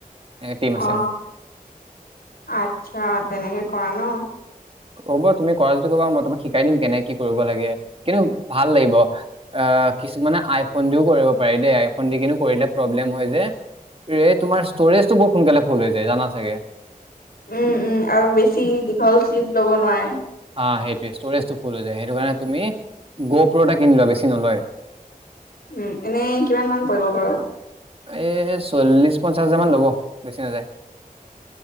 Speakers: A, on the right; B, on the left.
A: টিম আছে
B: অ
A: আমাৰ
B: আচ্ছা তেনেকে কৰা ন।
A: হ'ব তুমি কৰা যদি কবা মই তোমাক শিকাই দিম কেনে কি কৰিব লাগে কিন্তু ভাল লাগিব আহ। কিছুমানানে আইফোন দিও কৰিব পাৰি দেই আইফোন দি কেনে কৰিলে প্ৰব্লেম হয় যে ৰে তোমাৰ ষ্ট'ৰেজ টো বহু সোনকালে ফুল হৈ যায় জানা চাগে
B: উম উম আৰু বেছি দীঘল ক্লিপ লব নোৱাৰে।
A: হ সেইটোৱে ষ্ট'ৰেজটো ফুল হৈ যায় সেইটো কাৰণে তুমি গোপ এটা কিনি লৱা বেছি নলয়।
B: উম এনেই কিমান মান পৰিব বাৰু
A: এ চল্লিশ পঞ্চাশ হাজাৰ মান ল'ব বেচি নাযায়